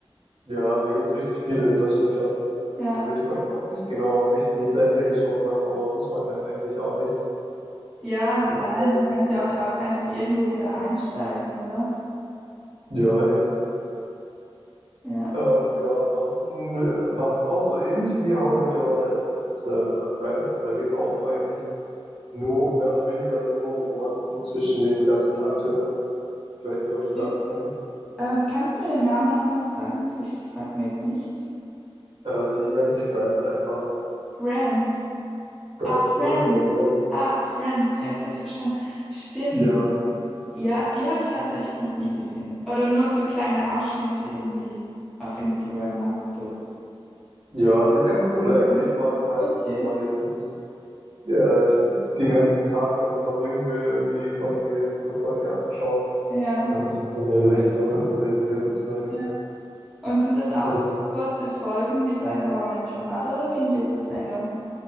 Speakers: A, on the right (about 70°); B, in the centre.
A: Ja, da gibt's richtig viele, das stimmt schon.
B: Ja,
A: Also ich weiß auch nicht genau, ob ich die zu Ende geschaut habe, aber muss man ja eigentlich auch nicht.
B: ja,
A: Ja,
B: nein, du kannst ja auch auf- einfach irgendwo wieder einsteigen, oder?
A: ja, eben.
B: Ja.
A: Ähm, ja, ansonsten, äh, was auch so ähnlich wie How I Met Your Mother ist, ist äh, Friends. Da geht es auch eigentlich nur, mehr oder weniger nur um Romanzen zwischen den ganzen Akteuren. Ich weiß nicht, ob
B: Okay.
A: du das kennst.
B: Ähm, kannst du mir den Namen nochmal sagen? Ich sag mir jetzt nichts.
A: Äh, die nennt sich Friends einfach.
B: Brands.
A: Friends,
B: Ah, Friends.
A: so wie Freunde.
B: Ah, Friends. Ja, jetzt habe ich es verstanden. Stimmt.
A: Ja,
B: Ja, die habe ich tatsächlich noch nie gesehen. Oder nur so kleine Ausschnitte irgendwie auf Instagram mal so.
A: ja, die ist ganz cool
B: Ja.
A: eigentlich, vor allem halt,
B: Okay.
A: wenn man jetzt nicht äh, die, den ganzen Tag damit verbringen will, irgendwie Folge für Folge anzuschauen,
B: Ja.
A: dann ist das so eine leicht lockere Serie sozusagen.
B: Ja. Und sind das auch
A: Also,
B: so kurze Folgen wie bei How I Met Your Mother oder gehen die etwas länger?